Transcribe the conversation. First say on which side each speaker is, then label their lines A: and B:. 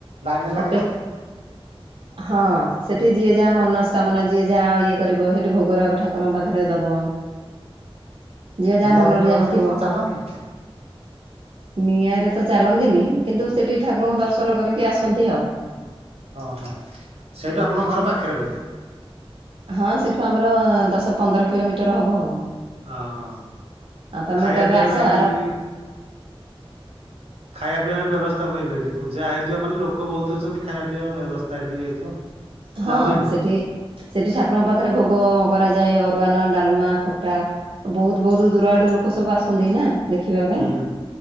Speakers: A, on the right; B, on the right.
A: ଲାଇନରେ ଲାଗିବ।
B: ଅପେ <unintelligible> ହଁ ସେଠି ଯିଏ ଯାହା ମନସ୍କାମନା ଯିଏ ଯାହା ଇଏ କରିବ ସେଠି ଭୋଗରାଗ ଠାକୁରଙ୍କ ପାଖରେ ଦବ। ହଁ ଯିଏ ଯାହା
A: ନିଆଁ
B: ମନରେ
A: ପିଣ୍ଡରେ
B: ଯାହା ଥିବ।
A: ଲୋକ ଚାଲନ୍ତି।
B: ନିଆଁରେ ତ ଚାଲନ୍ତିନି କିନ୍ତୁ ସେଠି ଠାକୁରଙ୍କୁ ଦର୍ଶନ କରିକି ଆସନ୍ତି ଆଉ।
A: ଓଁ ହଁ ସେଇଠୁ ଆପଣଙ୍କ ଘର ପାଖରେ ବୋଧେ।
B: ହଁ ସେଠୁ ଆମର ଦଶ ପନ୍ଦର କିଲୋମିଟର ହବ ଆଉ।
A: ଓହୋ
B: ଆଉ ତମେ
A: ଖାଇବା
B: କେବେ
A: ପିଇବା
B: ଆସ
A: ପାଇଁ ସେଠି
B: ଆର
A: ବି ଖାଇବା ପିଇବା ବ୍ୟବସ୍ଥା ହୁଏ ବି ଏଠି ପୂଜା ହେଇଥିବ ମାନେ ଲୋକ ବହୁତ ଅଛନ୍ତି ଖାଇବା ପିଇବା ବ୍ୟବସ୍ଥା ବି ହେଇଥିବ।
B: ହଁ
A: ନା ହୁଏନି
B: ସେଠି ସେଠି ଠାକୁରଙ୍କ ପାଖରେ ଭୋଗ କରାଯାଏ ଅରୁଆନ ଡ଼ାଲମା ଖଟା ବହୁତ ବହୁତ ଦୂର ଆଡ଼ୁ ଲୋକ ସବୁ ଆସନ୍ତି ନା। ଦେଖିବା ପାଇଁ।
A: ହୁଁ